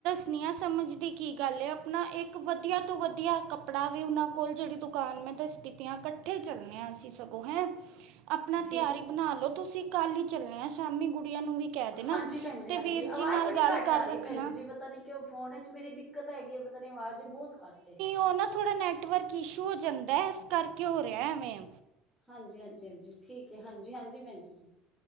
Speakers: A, on the right (about 70°); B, in the centre.
A: ਅਪਨੀਆਂ ਸਮਝ ਦੀ ਕੀ ਗੱਲ ਏ, ਅਪਣਾ ਏਕ ਵਦੀਆ ਤੋਂ ਵਦੀਆ ਕੱਪੜਾ ਵੇ ਉਨਾਂ ਕੋਲ ਜੇੜੀ ਦੁਕਾਨ ਮੈਂ ਦੱਸ ਕੀਤੀਆਂ ਕੱਠੇ ਚੱਲਨੇ ਆ ਅਸੀਂ ਸਗੋਂ, ਹੈਂ ਅਪਨਾ
B: ਠੀਕ
A: ਤਿਆਰੀ ਬਨਾਲੋ ਤੁਸੀਂ, ਕੱਲ ਈ ਚੱਲਨੇ ਆ ਸ਼ਾਮੀ ਗੁੜੀਆਂ ਨੂੰ ਵੀ ਕਹਿ ਦੇਣਾ
B: ਹਾਂਜੀ ਪੈੰਜੀ
A: ਤੇ
B: ਹਾਂਜੀ,
A: ਵੀਰ
B: ਆਵਾਜ਼
A: ਜੀ ਨਾਲ
B: ਬੜੀ
A: ਗੱਲ
B: ਘੱਟ
A: ਕਰ
B: ਆ ਰੀ
A: ਰੱਖਣਾ
B: ਏ ਪੈੰਜੀ ਜੀ ਪਤਾ ਨੀ ਕਿ ਓ ਫੋਨ ਇਚ ਮੇਰੀ ਦਿੱਕਤ ਹੈਗੀ ਏ, ਪਤਾ ਨੀ ਆਵਾਜ਼ ਈ ਬਹੁਤ ਘੱਟ ਏ
A: ਓ ਨਾ ਥੋੜਾ ਨੈਟ ਨੈੱਟਵਰਕ ਇਸ਼ੂ ਹੋ ਜਾਂਦੈ, ਇਸ ਕਰਕੇ ਹੋ ਰਿਆ ਐਵੇਂ
B: ਹਾਂਜੀ-ਹਾਂਜੀ-ਹਾਂਜੀ, ਠੀਕ ਐ, ਹਾਂਜੀ, ਹਾਂਜੀ ਪੈੰਜੀ ਜੀ